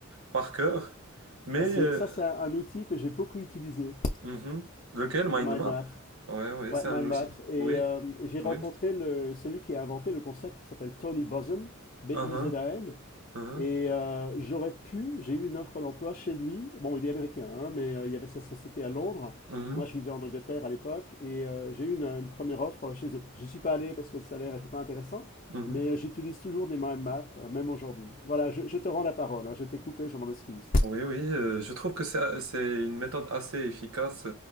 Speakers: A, on the right (about 75°); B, on the left (about 35°).
A: par cœur. Mais
B: Ah, c'est,
A: euh,
B: ça, c'est un, un outil que j'ai beaucoup utilisé,
A: Mhm. Lequel? Mind
B: les mind
A: map?
B: maps.
A: Ouais, ouais,
B: Ouais,
A: c'est
B: mind
A: un outil.
B: maps. Et,
A: Oui,
B: euh, et j'ai rencontré
A: oui.
B: le, celui qui a inventé le concept qui s'appelle Tony Buzan, b
A: Uh-huh,
B: u z a n
A: uh-huh,
B: Et euh, j'aurais pu, j'ai eu une offre d'emploi chez lui. Bon, il est américain, hein, mais euh, il y avait sa société à Londres.
A: mhm,
B: Moi, je vivais en Angleterre à l'époque et euh, j'ai eu une, une première offre chez eux. J'y suis pas allé parce que le salaire n'était pas intéressant,
A: mhm.
B: mais euh, j'utilise toujours des mind maps, euh, même aujourd'hui. Voilà, je, je te rends la parole. hein, je t'ai coupé, je m'en excuse.
A: Oui, oui, euh, je trouve que c'est c'est une méthode assez efficace